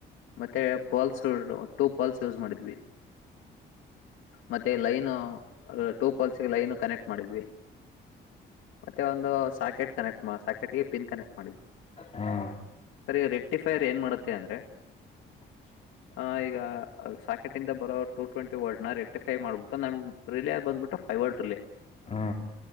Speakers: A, on the left (about 80°); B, on the left (about 30°).
A: ಮತ್ತೆ ಪೋಲ್ಸ್ ಟೂ ಪೋಲ್ಸ್ ಯೂಸ್ ಮಾಡಿದ್ವಿ. ಮತ್ತೆ ಲೈನು ಟೂ ಪಲ್ಸ್ ಗೆ ಲೈನ್ ಕನೆಕ್ಟ್ ಮಾಡಿದ್ವಿ. ಮತ್ತೆ ಒಂದು ಸಾಕೆಟ್ ಕನೆಕ್ಟ್ ಸಾಕೆಟ್ ಗೆ ಪಿನ್ ಕನೆಕ್ಟ್ ಮಾಡಿದ್ವಿ.
B: ಹಾ.
A: ರೀ ಈ ರೆಕ್ಟಿಫೈರ್ ಏನ್ ಮಾಡುತ್ತೆ ಅಂದ್ರೆ
B: <inaudible>
A: ಹಾ ಈಗ ಸಾಕೆಟ್ ಇಂದ ಬರೋ ಟು ಟ್ವೆಂಟಿ ವರ್ಡ್ನಾ ರೆಕ್ಟಿಫೈ ಮಾಡ್ಬಿಟ್ಟು ನಮ ರಿಲೆ ಬಂದ್ಬಿಟ್ಟ ಫೈವರ್ಡ ರಿಲೆ
B: ಹಾ.